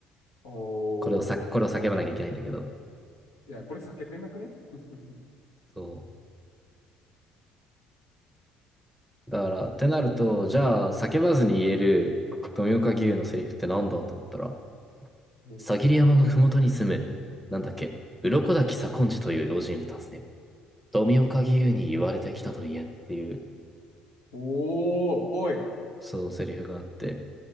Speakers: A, on the left; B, in the centre.
A: お
B: これをさ、これを叫ばなきゃいけないんだけど。
A: ー。いや、これ叫べなくね <laughs>
B: そう。だから、ってなると、じゃあ叫ばずに言える富岡義勇のセリフってなんだと思ったら、
A: うん、
B: さぎり山のふもとに住む、なんだっけ、鱗滝左近次という老人を訪ね、富岡義勇に言われてきたと言えっていう、
A: おー、ぽい。
B: そう、セリフがあって、